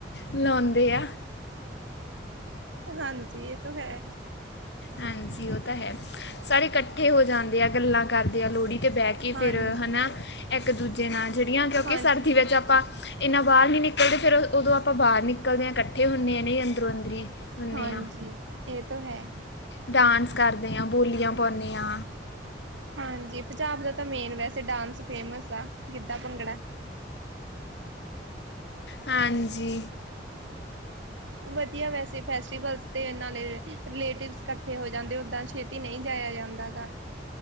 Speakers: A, on the left; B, on the right.
A: ਲਉਂਦੇ ਆ।
B: ਹਾਂਜੀ, ਇਹ ਤੋਂ ਹੈ।
A: ਹਾਂਜੀ ਉਹ ਤਾਂ ਹੈ, ਸਾਰੇ ਕੱਠੇ ਹੋ ਜਾਂਦੇ ਆ ਗੱਲਾਂ ਕਰਦੇ ਆ ਲੋਹੜੀ ਤੇ ਬੇ ਕੇ
B: ਹਾਂਜੀ,
A: ਫੇਰ ਹੈ ਨਾ ਇੱਕ ਦੂਜੇ ਨਾਲ ਜਿਹੜੀਆਂ ਕਿਉਂਕਿ
B: ਹਾਂਜੀ।
A: ਸਰਦੀ ਵਿੱਚ ਆਪਾਂ ਇੰਨਾ ਬਾਰ ਨਹੀਂ ਨਿਕਲਦੇ ਫੇਰ ਉਦੋਂ ਆਪਾਂ ਬਾਰ ਨਿਕਲਦੇ ਹਾਂ ਕੱਠੇ ਹੁੰਨੇ ਹਾਂ ਨਹੀਂ ਅੰਦਰੋਂ ਅੰਦਰੀ। ਹੁੰਨੇ
B: ਹਾਂਜੀ,
A: ਆ
B: ਏਅ ਤੋ ਹੈ।
A: ਡਾਂਸ ਕਰਦੇ ਆ, ਬੋਲੀਆਂ ਪਾਉਂਂਨੇ ਆ।
B: ਹਾਂਜੀ, ਪੰਜਾਬ ਦਾ ਤਾਂ ਮੇਨ ਵੈਸੇ ਡਾਂਸ ਫੇਮਸ ਆ ਗਿੱਧਾ, ਭੰਗੜਾ।
A: ਹਾਂਜੀ।
B: ਵਦੀਆ, ਵੈਸੇ ਫੈਸਟੀਵਲਸ 'ਤੇ ਇਨਾਂ ਨੇ ਰਿਲੇਟਿਵਸ ਕੱਠੇ ਹੋ ਜਾਂਦੇ, ਓਦਾਂ 'ਚ। ਛੇਤੀ ਨਈਂ ਜਾਇਆ ਜਾਂਦਾ ਘਰ